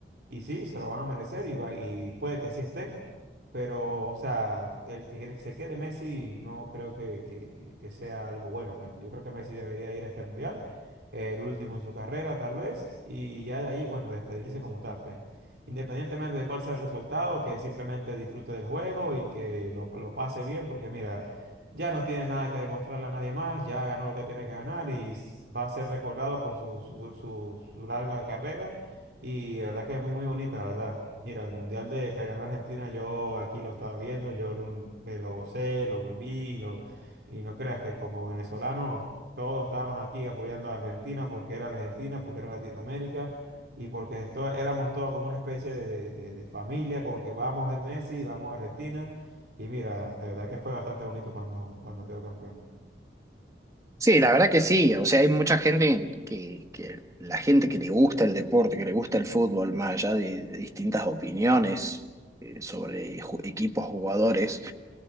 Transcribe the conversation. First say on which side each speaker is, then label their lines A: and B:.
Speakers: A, on the right; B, on the right.
A: y sí, se lo van a merecer y, va- y puede que sí esté, pero, o sea, el que se quede Messi no creo que, que- que- que sea algo bueno, pues yo creo que Messi debería ir a este mundial, eh, el último en su carrera tal vez, y ya de ahí, bueno, despedirse como tal, pues. Independientemente de cuál sea el resultado, que simplemente disfrute del juego y que lo, lo pase bien, porque mira, ya no tiene nada que demostrarle a nadie más, ya ganó lo que tiene que ganar y s- va a ser recordado por su, su su- su larga carrera y la verdad que es muy, muy bonita, la verdad. Mira, el mundial de que ganó Argentina, yo aquí lo estaba viendo, yo me lo gocé, lo viví, lo, y no creas que como venezolanos todos estábamos aquí apoyando a Argentina porque era la Argentina, porque era Latinoamérica y porque esto, éramos todos como una especie de, de- de- de familia, como que vamos a Messi, vamos a Argentina. Y mira, de verdad que fue bastante bonito cuando, cuando quedó campeón.
B: Sí, la verdad que sí. O sea, hay mucha gente que, que la gente que le gusta el deporte, que le gusta el fútbol, más allá de, de distintas opiniones eh, sobre ju- equipos, jugadores